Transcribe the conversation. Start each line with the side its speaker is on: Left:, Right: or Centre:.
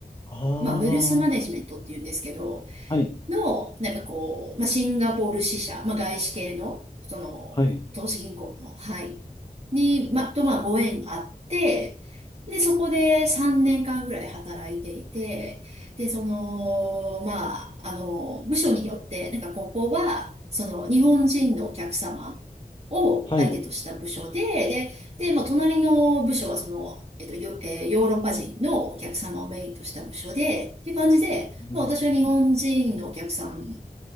Left: あ
Right: まあ、ウェルスマネジメントっていうんですけど、
Left: あ、はい、
Right: の、なんかこう、まあ、シンガポール支社、まあ、外資系の、その、
Left: はい、
Right: 投資銀行の、はい、に、まあ、と、まあ、ご縁があって、で、そこで3年間ぐらい働いていて、で、その、まあ、あの、部署によって、なんかここは、その、日本人のお客様を相手とした部署で、
Left: はい。
Right: で、で、まあ、隣の部署はその、えっと、ヨ、えーヨーロッパ人のお客様をメインとした部署で、っていう感じで、
Left: うん
Right: まあ、私は日本人のお客さん